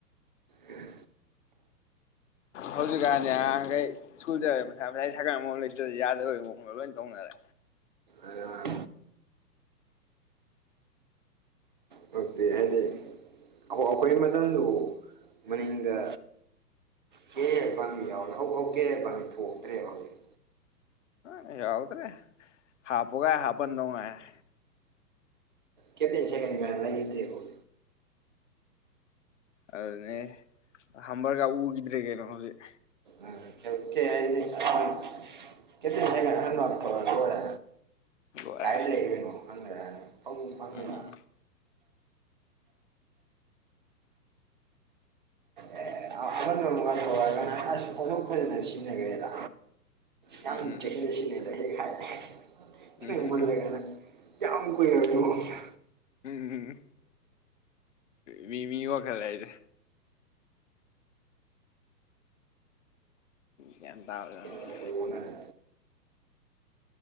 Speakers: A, on the right (about 30°); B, on the left (about 45°).
A: ꯎꯝ
B: ꯍꯧꯖꯤꯛꯀꯥꯟꯁꯦ ꯑꯉꯥꯡ ꯃꯈꯩ ꯁ꯭ꯀꯨꯜꯗ ꯃꯁꯥ ꯃꯁꯥꯒꯤ ꯁꯥꯏꯀꯜ ꯑꯃꯥꯃꯨꯝ ꯂꯩꯇꯔ꯭ꯗꯤ ꯌꯥꯗꯕ ꯃꯑꯣꯡꯗ ꯂꯣꯏꯅ ꯇꯧꯅꯔꯦ
A: ꯑꯗꯨꯅ ꯇꯧꯔ꯭ꯛꯇꯦ ꯍꯥꯏꯗꯤ ꯑꯩꯈꯣꯏ ꯃꯇꯝꯗꯨꯐꯥꯎ ꯃꯅꯤꯡꯗ ꯀꯔꯤꯔ ꯄꯟꯕꯤ ꯌꯥꯑꯣꯔꯤꯕꯅꯦ ꯀꯥꯔꯤꯔ ꯄꯥꯟꯕꯤ ꯊꯣꯛꯇ꯭ꯔꯦꯕ ꯍꯧꯖꯤꯛ꯫
B: ꯍꯥ ꯌꯥꯎꯗ꯭ꯔꯦ ꯍꯥꯄꯣꯒ ꯍꯥꯄꯟꯗꯧ ꯉꯥꯏꯔꯦ
A: ꯀꯞꯇꯦꯏꯟ ꯁꯦꯡꯍꯟꯅꯤꯡꯉꯥꯏ ꯂꯩꯇꯔ꯭ꯦꯀꯣ
B: ꯑꯗꯨꯅꯦ ꯍꯝꯕꯔꯒ ꯎꯈꯤꯗ꯭ꯔꯦ ꯀꯩꯅꯣ ꯍꯧꯖꯤꯛ
A: ꯑ ꯍꯦꯟꯀꯦ ꯍꯥꯏꯗꯤ ꯑ ꯀꯦꯛꯇꯦꯟ ꯁꯥꯏꯛꯜ ꯑꯍꯟꯕꯥ ꯑꯃꯥ ꯊꯧꯔꯗꯤ ꯂꯣꯏꯔꯦ
B: ꯂꯣꯏꯔꯦ
A: ꯀꯥꯏꯗꯩꯩ ꯂꯩꯔꯨꯏꯅꯣ ꯍꯪꯅꯔꯛꯑꯅꯤ꯫ ꯍꯦꯖꯤꯛꯐꯥꯎ ꯐꯪꯉꯤꯕꯥ
B: ꯎꯝ ꯎꯝ
A: ꯑꯩ ꯑꯃꯟꯕ ꯑꯃꯒꯥ ꯊꯧꯔꯛꯀꯥꯟ ꯑꯁ ꯑꯣꯟꯊꯣꯛ ꯐꯖꯅꯥ ꯁꯤꯖꯤꯅꯒꯔ꯭ꯦꯗ ꯌꯥꯝ
B: ꯎꯝ ꯎꯝ
A: ꯆꯦꯛꯁꯤꯟꯅ ꯁꯤꯖꯤꯟꯅꯒꯔꯦ ꯍꯦꯛ ꯍꯥꯏ
B: ꯎꯝ
A: ꯈꯤꯇꯪ
B: ꯎꯝ
A: ꯃꯟꯂꯒꯅꯥ
B: ꯎꯝ
A: ꯌꯥꯝ ꯀꯨꯏꯔꯕꯩ ꯃꯑꯣꯡꯗ
B: ꯎꯝ ꯃꯤ ꯃꯤ ꯋꯥꯈꯜ ꯂꯩꯔꯦ ꯒꯌ꯭ꯥꯟ ꯇꯕꯥꯖꯠ ꯅꯠꯇꯦ
A: ꯑꯗꯨ ꯑꯣꯟꯅꯔꯦ